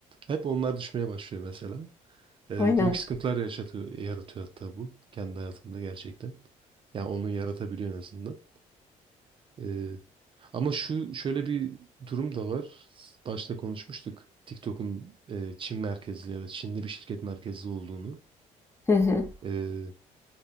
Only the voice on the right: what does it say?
hep onlar düşmeye başlıyor mesela. E,
büyük sıkıntılar yaşatıyor, yaratıyor hatta bu. Kendi hayatımda gerçekten. Yani onu yaratabiliyor en azından. E, ama şu şöyle bir durum da var. Başta konuşmuştuk. TikTok'un e, Çin merkezli ya da Çinli bir şirket merkezli olduğunu.
Ee,